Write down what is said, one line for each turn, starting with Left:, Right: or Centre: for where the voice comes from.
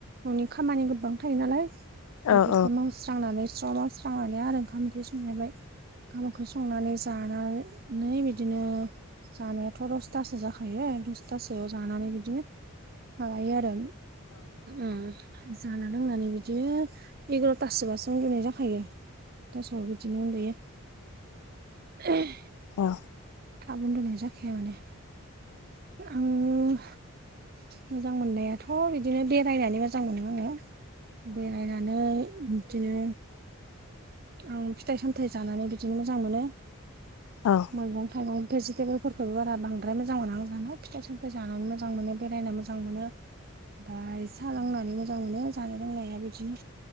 Right: न'नि खामानि गोबां थायो नालाय बेफोरखौ
Left: औ
Right: मावस्रांनानै स्र' मावस्रांनानै सांनानै आरो ओंखाम ओंख्रि संलायबाय ओंखाम ओंख्रि संनानै जानानै नै बिदिनो जानायाथ' दसथासो जाखायो दसतसोयाव जानानै बिदिनो माबायो आरो उम जाना लोंनानै बिदि एगार'थासोबासो उन्दुनाय जाखायो <unintelligible> बिदिनो उन्दुयो <unintelligible>
Left: औ
Right: थाब उनदुनाय जाखाया माने आं मोजां मोननायाथ बिदिनो बेरायनानै मोजां मोनो आङो बेरायनानै बिदिनो आं फिथाइ सामथाइ जानानै बिदिनो मोजां मोनो
Left: औ
Right: मैगं थाइगं भेजिटेबोलफोरखौबो बांद्राय मोजां मोना आं जानो फिथाइ सामथाइ जानानै मोजां मोनो बेरायनो मोजां मोजां मोनो ओमफाय सा लोंनानै मोजां मोनो जानाय लोंनाया बिदिनो